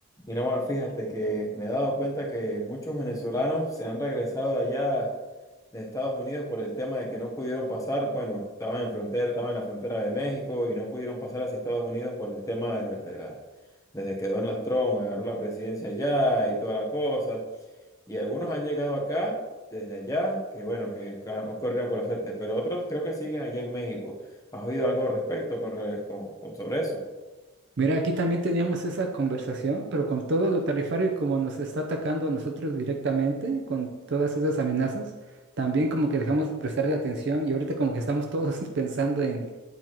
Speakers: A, on the left; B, on the right.
A: Mira, Omar, fíjate que me he dado cuenta que muchos venezolanos se han regresado de allá de Estados Unidos por el tema de que no pudieron pasar, bueno, estaban en frontera, estaban en la frontera de México y no pudieron pasar hacia Estados Unidos por el tema de, de la, desde que Donald Trump agarró la presidencia allá y toda la cosa. Y algunos han llegado acá desde allá, que bueno, que ca- corrieron con la suerte, pero otros creo que siguen allá en México. ¿Has oído algo al respecto con, re- con- con- sobre eso?
B: Mira, aquí también teníamos esa conversación, pero con todo lo tarifario y como nos está atacando a nosotros directamente, con todas esas amenazas, también como que dejamos de prestarle atención y ahorita como que estamos todos <laughs> pensando en,